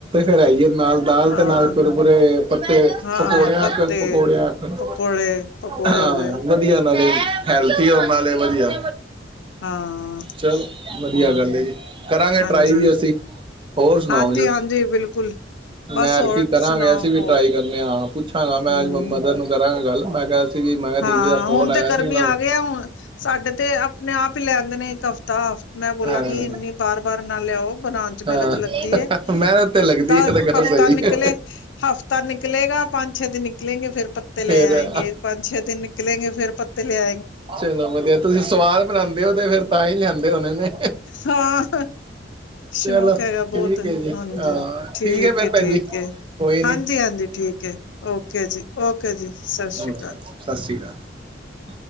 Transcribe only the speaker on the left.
ਹਾਂ
ਹਾਂ
ਪੱਤੇ
ਪਕੌੜੇ ਪਕੌੜੇ
ਹੋ ਗਏ
ਹਾਂ
ਹੋਰ
ਹਾਂਜੀ
ਹਾਂਜੀ
ਹਾਂਜੀ ਬਿਲਕੁਲ ਬਸ
ਹੋਰ
ਸੁਣਾਓ
ਹੋਰ
ਹਮ
ਹਾਂ
ਹੁਣ
ਤੇ ਗਰਮੀ
ਆ
ਗਈ ਹੁਣ ਸਾਡੇ ਤੇ ਆਪਣੇ ਆਪ ਹੀ ਲੈਦੇ ਨੇ ਇੱਕ ਹਫ਼ਤਾ ਮੈਂ ਬੋਲਾਂਗੀ
ਇੰਨੀ ਵਾਰ ਵਾਰ ਨਾ ਲਿਆਓ ਬਨਾਨ ਚ
ਮਿਹਨਤ ਲੱਗਦੀ ਏ
ਦਾ
ਹਫ਼ਤਾ
ਨਿਕਲੇ
ਹਫ਼ਤਾ ਨਿਕਲੇਗਾ ਪੰਜ ਛੇ ਦਿਨ ਨਿਕਲੇਗੇ ਫੇਰ ਪੱਤੇ ਲੈ
ਆਏਂਗੇ ਪੰਜ <unintelligible> ਨਿਕਲਲੇਗੇ ਫਿਰ ਪੱਤੇ ਲਿਆ
ਹਾਂ ਸ਼ੌਕ
ਹੈਗਾ
ਬਹੁਤ
ਹਾਂਜੀ
ਠੀਕ
ਏ
ਠੀਕ
ਏ
ਹਾਂਜੀ ਹਾਂਜੀ ਠੀਕ ਹਏ ਓਕੇ ਜੀ ਓਕੇ ਜੀ ਸਤਿ
ਸ਼੍ਰੀ ਅਕਾਲ